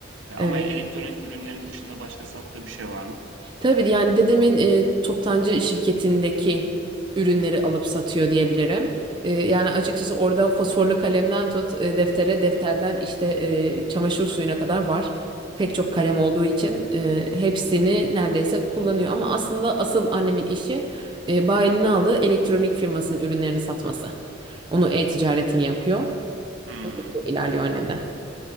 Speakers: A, on the right; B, on the right.
A: E, ama
B: Evet.
A: elektronik ürünlerin dışında başka sattığı bir şey var mı?
B: Tabii yani dedemin e, toptancı şirketindeki ürünleri alıp satıyor diyebilirim. E, yani açıkçası orada fosforlu kalemden tut e, deftere, defterden işte e, çamaşır suyuna kadar var. Pek çok kalem olduğu için e, hepsini neredeyse kullanıyor. Ama aslında asıl annemin işi e, bayiline aldığı elektronik firmasının ürünlerini satması. Onu e-ticaretini yapıyor.
A: Hmm.
B: O şekilde ilerliyor annem de.